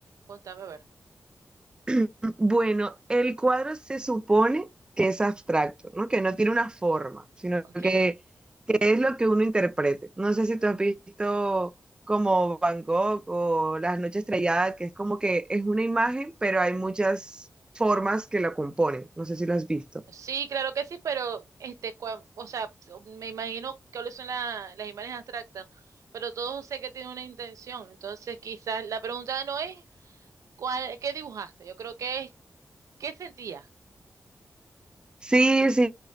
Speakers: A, on the right; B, on the right.
A: Contame a ver,
B: <clears throat> Bueno, el cuadro se supone que es abstracto, ¿no? Que no tiene una forma, sino
A: ¿ok?
B: que Es lo que uno interprete. No sé si tú has visto como Bangkok o Las Noches Estrelladas, que es como que es una imagen, pero hay muchas formas que la componen. No sé si lo has visto.
A: Sí, claro que sí, pero este, cua- o sea, so, me imagino que son la- las imágenes abstractas, pero todos sé que tiene una intención, entonces quizás la pregunta no es cuál, qué dibujaste, yo creo que es qué sentías,
B: Sí, sí,